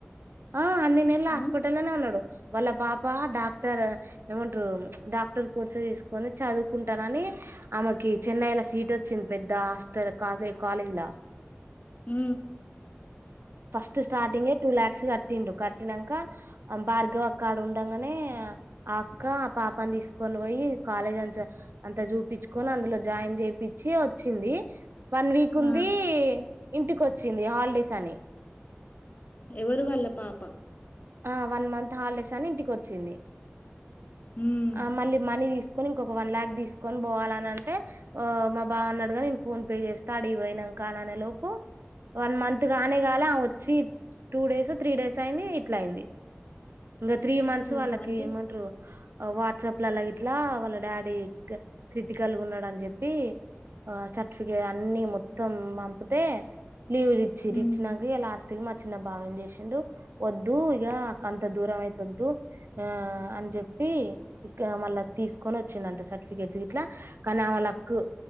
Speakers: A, on the right (about 75°); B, on the left (about 45°).
A: ఆ అన్ని నెల్లు హాస్పిటల్
B: ఆ
A: లోని వునడు వాళ్ళ పాప డాక్టర్ ఏమంటారు డాక్టర్ కోర్స్ తీసుకొని చదువుకుంటానని ఆమెకి చెన్నైలా సీట్ వచ్చింది పెద్ద హాస్టల్ కాలేజ్లా
B: హ
A: ఫట్ స్టార్టింగే టూ లాక్స్ కట్టిండు కట్టినాక భార్గవక్క ఉండగానే పక్క ఆ పాపని తీసుకొని పోయి కాలేజ్ అంత అంత చూపించుకొని అందులో జాయిన్ చేయిపించి వచ్చింది వన్ వీక్
B: ఆ
A: ఉంది ఇంటికి వచ్చింది హాలిడేస్ అని
B: ఎవరు వళ్ల పాప
A: ఆ వన్ మంత్ హాలిడేస్ అని ఇంటికి వచ్చింది
B: హ్మ్.
A: ఆ మళ్ళీ మనీ తీసుకు కని ఇంక వన్ లాక్ తీసుకొని పోవాలని అంటే మా బావ ఉన్నాడుగా నేను ఫోన్ పే చేస్తా అడిగిపోయినాక కానే లోపు వన్ మంత్ గానే కాల వచ్చి టూ డేస్ త్రీ డేస్ అయింది అయింది ఇంకా త్రీ మంత్స్
B: ఓహో!
A: వాళ్ళకి
B: అంటే
A: ఏం అంటారు వాట్సప్లు అలా గట్లా వాళ్ళ డాడీ క్రిటికల్ గా ఉన్నాడు అని చెప్పి ఆ సర్టిఫికేట్ అన్ని మొత్తం పంపితే లీవ్ ఇచ్చరూ
B: హ్మ్.
A: ఇచ్చినాక లాస్ట్ కి మా చిన్న బావ ఏం చేసిండు వద్ దు ఇగ కంత దూరం అయితొద్దూ ఆ అని చెప్పి ఇగ మళ్ళా తీసుకొని వచ్చిందంట సర్టిఫికేట్స్ ఇట్లా కానీ ఆమె లక్కు